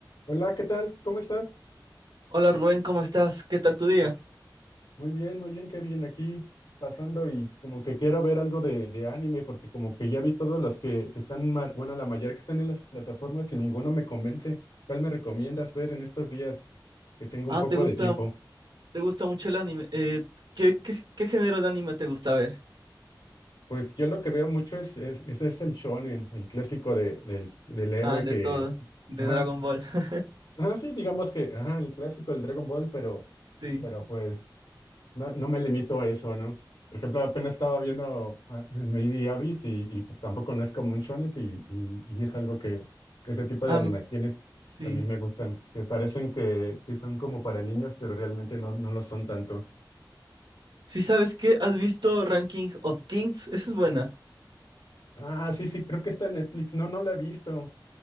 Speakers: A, on the left; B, on the right.
A: Hola, ¿qué tal? ¿Cómo estás?
B: Hola Rubén, ¿cómo estás? ¿Qué tal tu día?
A: Muy bien, muy bien, qué bien aquí pasando y como que quiero ver algo de, de anime porque como que ya vi todos los que, que están, ma- bueno, la mayoría que están en las plataformas y ninguno me convence. ¿Cuál me recomiendas ver en estos días que tengo
B: Ah,
A: un poco
B: ¿te gusta,
A: de tiempo?
B: te gusta mucho el anime? Eh, ¿qué, qué, qué género de anime te gusta ver?
A: Pues yo lo que veo mucho es, es, ese es el shonen, el clásico de, del, del héroe
B: Ah, el de
A: que,
B: todo, de
A: ajá,
B: Dragon Ball. <laughs>
A: ajá, sí, digamos que, ajá, el clásico, el Dragon Ball, pero,
B: Sí.
A: pero pues... No, no me limito a eso, ¿no? Por ejemplo, apenas estaba viendo ah, Lady Abyss y, y pues tampoco no es como un shonen y, y, y es algo que, que ese tipo
B: Am-
A: de animaciones
B: sí.
A: también me gustan, que parecen que, que son como para niños, pero realmente no, no lo son tanto.
B: Sí, ¿sabes qué? ¿Has visto Ranking of Kings? Esa es buena.
A: Ah, sí, sí, creo que está en Netflix. No, no la he visto.